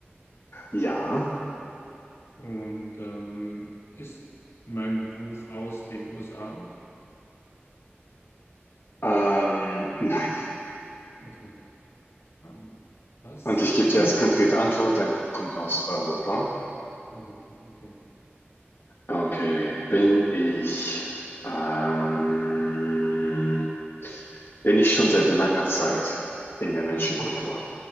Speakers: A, on the left; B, on the left.
A: Ja.
B: Und ähm, ist mein Buch aus den USA?
A: Ähm, nein.
B: Okay. Ähm, Was?
A: Und ich gebe
B: <laughs>
A: dir als konkrete Antwort, dein Buch kommt aus Europa.
B: Europa, okay.
A: Okay. Bin ich, ähm, bin ich schon seit langer Zeit in der Menschenkultur?
B: I-